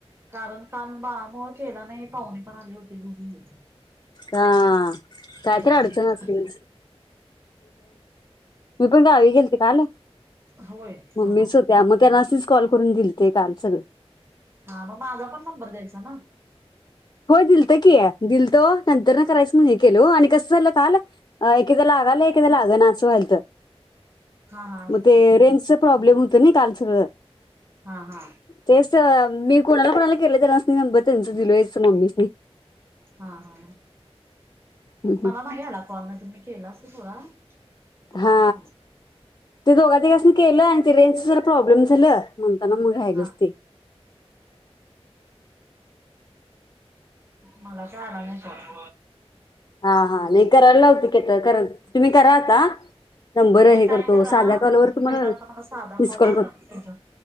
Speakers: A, on the right; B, on the left.
A: कारण का बाळामुळं केला नाही पावणे पण आले होते घरी.
B: हा काय
A: केला
B: तर अडचण
A: नाही
B: असली मी पण गावी गेलते काल
A: हा होय
B: मम्मीच
A: हा हा
B: होते
A: हा
B: आ मग त्यांना कॉल करून दिल ते काल सगळं
A: हा मग माझा पण नंबर द्यायचा ना
B: हो दिलतो की आहे दिलतो नंतर न करायचं म्हण हे केल आणि कसं झालं काल, अ एकेकदा लागाल एकेएदा लाग नाच व्हाल तर
A: हा हा असं
B: मग
A: झालं
B: ते
A: होय
B: रेंजच प्रॉब्लेम होत ना नाही काल सगळं
A: हा हा
B: तेच मी कोणाला कोणाला केलं त्यांनाच नंबर त्यांच दिलोयच मम्मी
A: हा हा
B: हम्म हम्म.
A: मला नाही आला कॉल तुम्ही केला अस थोडा आला
B: हा
A: नाही मला
B: ते दोघा तिघांनसंघासून केलं आणि ते रेंजच जरा प्रॉब्लेम झालं म्हणताना मग राहिलच
A: हा
B: ते
A: मला त आला नाही काय
B: हा हा नाही करायला लावते की आता कारण तुम्ही करा आता नंबरवर
A: तुम्ही
B: हे
A: काय
B: करतो
A: करा
B: साध्या कॉलवर
A: तुम्ही
B: तुम्हाला
A: पहिला आता मला साधा
B: मिसकॉल
A: कॉल करा
B: करतो.
A: तुमच्या